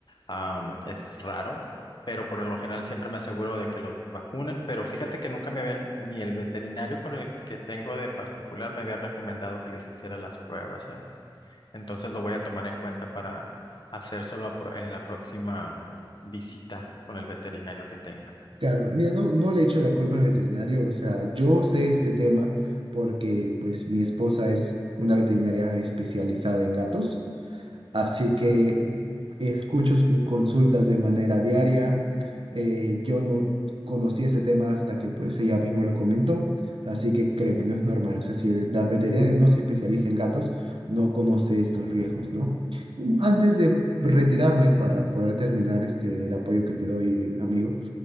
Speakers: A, on the left; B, on the right.
A: am, es raro, pero por lo general siempre me aseguro de que los vacunen, pero fíjate que nunca me habían, ni el veterinario con el que tengo de particular me había recomendado que les hiciera las pruebas, ¿eh? Entonces lo voy a tomar en cuenta para hacérselo a pro- en la próxima visita con el veterinario que tenga.
B: Claro, mira, no, no le echo la culpa al veterinario, o sea, yo sé este tema porque pues mi esposa es una veterinaria especializada en gatos, así
A: Ujú.
B: que escucho sus consultas de manera diaria, eh, yo no conocí ese tema hasta que pues ella mismo lo comentó, así que créeme, no es normal, o sea, si el la veterinaria no se especializa en gatos, no conoce estos riesgos, ¿no? Um, Antes de retirarme para poder terminar este, el apoyo que te doy, amigo,